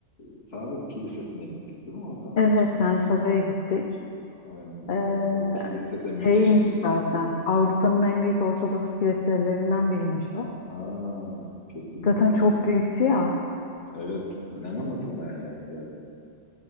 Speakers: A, on the left; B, on the left.
A: Sağbak Kilisesi'ne gittik değil mi oradan
B: evet
A: sonra?
B: Sensava'ya gittik.
A: Aynen.
B: Ee,
A: O kilise
B: şeymiş
A: de müthişti çok
B: zaten
A: iyi
B: Avrupa'nın en büyük Ortodoks kiliselerinden biriymiş
A: Ha,
B: o.
A: ha, kesinlikle.
B: Zaten çok büyüktü ya.
A: Evet, inanamadım ben yani zaten.